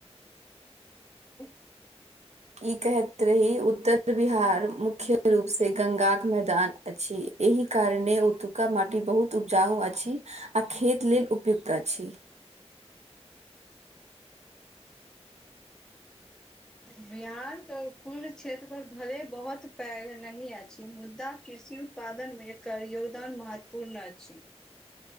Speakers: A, in the centre; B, on the right.
A: <inaudible>
B: कि कहैत रही उत्तर बिहार मुख्य रूप से गंगाक मैदान अछि एहि कारणे ओतुका माटी बहुत उपजाउ अछि आ खेत लेल उपयुक्त अछि
A: बिहारके कुल क्षेत्र पर भले बहुत पैघ नहि अछि मुद्दा कृषि उत्पादन मे एकर योगदान महत्वपूर्ण अछि